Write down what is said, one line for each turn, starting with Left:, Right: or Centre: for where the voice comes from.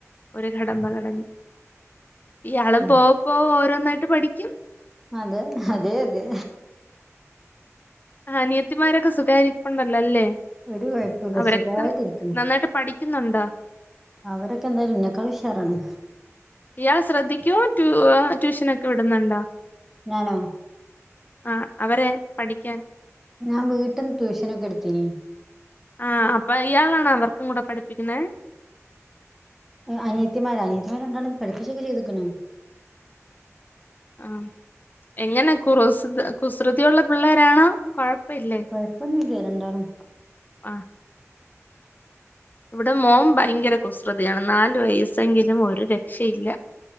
Left: ഒരു കടമ്പ കടന്ന്, ഇയാളും
Centre: ഉം.
Left: പോകപ്പോകെ ഓരോന്നായിട്ട് പഠിക്കും.
Centre: അതെ, അതെയതെ.
Left: അനിയത്തിമാരൊക്കെ സുഖായിരിപ്പൊണ്ടല്ലോ അല്ലേ.
Centre: ഒരു കുഴപ്പമില്ല
Left: അവരൊക്കെ
Centre: സുഖമായിട്ടിരിക്കുന്നു
Left: നന്നായിട്ട് പഠിക്കുന്നൊണ്ടോ?
Centre: അവരൊക്കെന്തായാലും ഇന്നേക്കാളുഷാറാണ്.
Left: ഇയാള് ശ്രദ്ധിക്കുവോ ടൂ ട്യൂഷനൊക്കെ വിടുന്ന്ണ്ടോ?
Centre: ഞാനോ
Left: ആഹ് അവരെ പഠിക്കാൻ
Centre: ഞാ വീട്ട്ന്ന് ട്യൂഷനൊക്കെ എടുത്തീനി.
Left: ആഹ് അപ്പൊ ഇയാളണോ അവർക്കും കൂടെ പഠിപ്പിക്കുന്നേ?
Centre: അനിയത്തിമാരോ അനിയത്തിമാരെ രണ്ടാളേം പഠിപ്പിച്ചൊക്കെ ചെയ്ത്ക്ക്ണ്.
Left: ആഹ്‌ എങ്ങനെ കുറൂസ് കുസൃതിയുള്ള പിള്ളേരാണോ? കൊഴപ്പ ഇല്ലേ,
Centre: കൊഴപ്പൊന്നുല്ല രണ്ടാളും
Left: ആഹ്. ഇവിടെ മോം ഭയങ്കര കുസൃതിയാണ് നാലു വയസ്സെങ്കിലും ഒരു രക്ഷയില്ല.